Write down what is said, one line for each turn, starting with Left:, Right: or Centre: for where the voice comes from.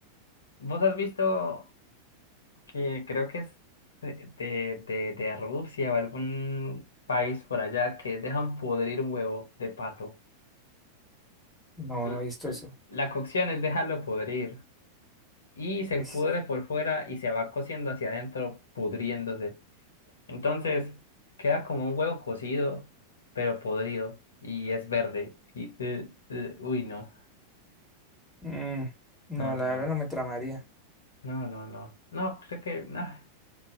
Left: vos has visto que creo que es de, de, de, de Rusia o algún país por allá que dejan podrir un huevo de pato.
Centre: No,
Left: L-
Centre: no he visto
Left: l-
Centre: eso.
Left: La cocción es dejarlo podrir y se
Centre: Uis.
Left: pudre por fuera y se va cociendo hacia adentro, pudriéndose. Entonces, queda como un huevo cocido, pero podrido, y es verde. Y, eh, eh, uy, no,
Centre: Mm, no,
Left: no, no,
Centre: la
Left: no,
Centre: verdad no me tramaría.
Left: no, no, no, no, creo que, ah,